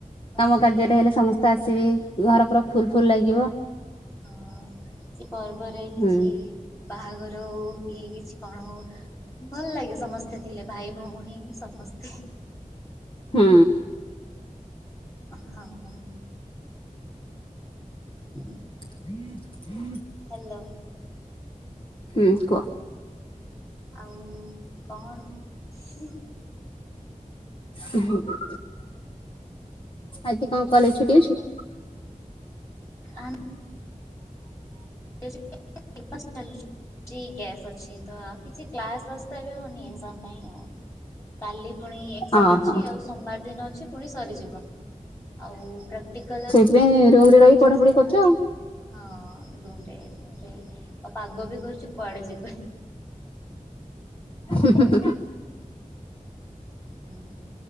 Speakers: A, on the left (about 40°); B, on the left (about 20°).
A: କାମ
B: ସେଇଆ
A: କାର୍ଯ୍ୟରେ ହେଲେ ସମସ୍ତେ ତ ଆସିବେ ଘର ପୁରା ଫୁଲ୍ ଫୁଲ୍ ଲାଗିବ
B: ହଁ କିଛି ପର୍ବରେ କିଛି
A: ହୁଁ।
B: ବାହାଘର ହଉ କି କିଛି କଣ ହଉ ଭଲ ଲାଗେ ସମସ୍ତେ ଥିଲେ ଭାଇ ଭଉଣୀ ସମସ୍ତେ
A: ହୁଁ
B: ହଁ ହୁଁ
A: ହୁ ହୁ
B: ହାଲୋ
A: ହୁଁ କୁଅ
B: ଆଉ କଣ ହୁଁ
A: ହୁଁ ହୁଁ ଆଜି କଣ କଲେଜ୍ ଛୁଟି ଅଛି
B: ଆନ୍ ପେପର ଚାଲି ଟିକେ ଗ୍ୟାପ୍ ଅଛି ତ ଆଉ କିଛି କ୍ଲାସ୍ ଫାସ୍ ତ ଏବେ ହଉନି ଏଜାମ୍ ପାଇଁ ଆଉ କାଲି ପୁଣି ଏକ୍ଜାମ୍
A: ଓହୋ
B: ଅଛି ଆଉ ସୋମବାର ଦିନ ଅଛି ପୁଣି ସରିଯିବ ଆଉ ପ୍ରାକ୍ଟିକାଲ୍ ଅଛି
A: ସେଥିପାଇଁ ରୁମ୍ ରେ ରହି
B: ସେ
A: ପଢ଼ାପଢ଼ି
B: ସେଇଟା
A: କରଚୁ ଆଉ
B: ହଁ ରୁମ୍ ରେ ଆଉ ପାଗ ବି କରୁଚି କୁଆଡ଼େ ଯିବି
A: ହୁଁ ହୁଁ ହୁଁ
B: ହଁ